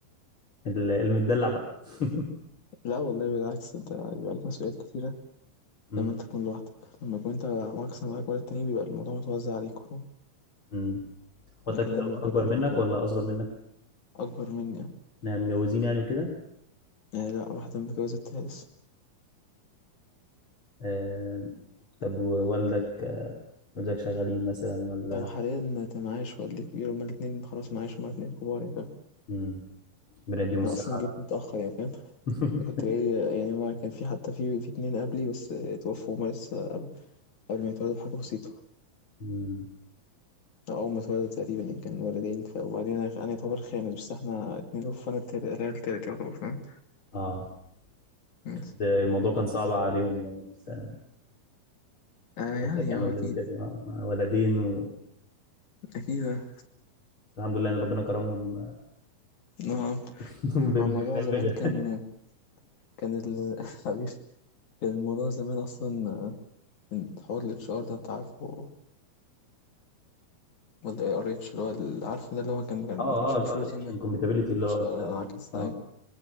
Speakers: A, on the left; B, on the left.
A: ال- المتدلع بقى <laughs>
B: لا والله بالعكس أنت بيبقى عليك مسؤوليات كتيرة
A: مم.
B: لما أنت تكون لوحدك لما يكون أنت معاك أصلا معاك ولد تاني بيبقى الموضوع متوزع عليك فاهم
A: مم. اخواتك
B: لكن لما بيكون
A: اكبر
B: لوحدك
A: منك
B: بقى
A: ولا اصغر منك
B: أكبر مني
A: يعني متجوزين يعني وكده
B: يعني لا واحدة متجوزة التالت
A: آه، طب ووالدك والدك شغالين مثلا ولا
B: لو حاليا أنت معاش والدي كبير هما الاتنين خلاص معاش هما الاتنين كبار يعني فاهم
A: مم. ربنا يديهم الصحة
B: أنا أصلا
A: يا
B: جيت
A: رب.
B: متأخر يعني فاهم
A: <laughs>
B: كنت جاي يعني ما كان في حتى في في اتنين قبلي بس اتوفوا هما لسه قبل قبل ما يتولدوا بحاجة بسيطة
A: مم.
B: أول ما اتولدوا تقريبا يعني كان والدين ف- وبعدين أنا أنا يعتبر خامس بس إحنا اتنين أوف وأنا التالت أنا التالت يعتبر فاهم
A: اه
B: مم.
A: أكيد الموضوع كان صعب عليهم بس يعني
B: آه يعني
A: والدك كان
B: أه
A: والدتك
B: أكيد
A: كده آه، ولدين و...
B: أكيد أه
A: بس الحمد لله ان ربنا كرمهم
B: آه.
A: <laughs> بال-
B: هو الموضوع
A: بالنافذه
B: زمان كان كان ال <laughs> حبيبي كان الموضوع زمان أصلا آه، الحوار ال HR ده أنت عارفه ولا ار اتش اللي هو اللي عارفه ده اللي هو كان كان-
A: اه
B: ما كانش
A: اه الار
B: مشهور زمان
A: اتش انكمباتيبلتي اللي
B: مش
A: هو بتاع ال-
B: عكس
A: اه